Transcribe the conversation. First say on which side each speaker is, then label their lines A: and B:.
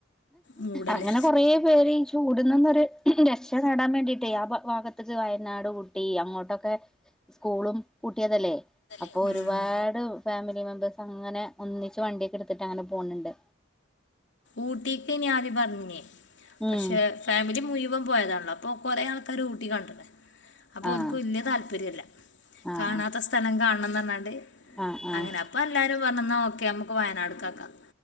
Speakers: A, on the left (about 65°); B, in the centre.
A: മൂടല്
B: അങ്ങനെ കൊറേ പേര് ഈ ചൂടുന്നന്നരു രക്ഷ നേടാൻ വേണ്ടി ട്ട ആ ഭാഗത്തക്ക് വയനാട് ഊട്ടി അങ്ങോട്ടൊക്കെ സ്കൂളും പൂട്ടിയതല്ലേ അപ്പൊ
A: ഉം,
B: ഒരുപാട്
A: ഉം.
B: ഫാമിലി മെമ്പേഴ്സ് അങ്ങനെ ഒന്നിച്ച് വണ്ടിയക്കെ എടുത്തി അങ്ങനെ പോണണ്ട്
A: ഊട്ടിക്കെനി ആദ്യം പറഞ്ഞിനെ പക്ഷെ
B: ഉം
A: ഫാമിലി മുയ്വൻ പോയതാണല്ലോ അപ്പൊ കൊറെ ആൾക്കാര് ഊട്ടി കണ്ടണ് അപ്പൊ
B: ആഹ്
A: ഓല്ക്ക് വല്യ താല്പര്യല്ല
B: ആഹ്
A: കാണാത്ത സ്ഥലം കാണ ണംന്ന് പറഞ്ഞാണ്ട്
B: ആഹ് ആഹ്
A: അങ്ങനെ അപ്പൊ എല്ലാരും പറ നോക്കെ നമുക്ക് വയനാടുക്കാക്കാം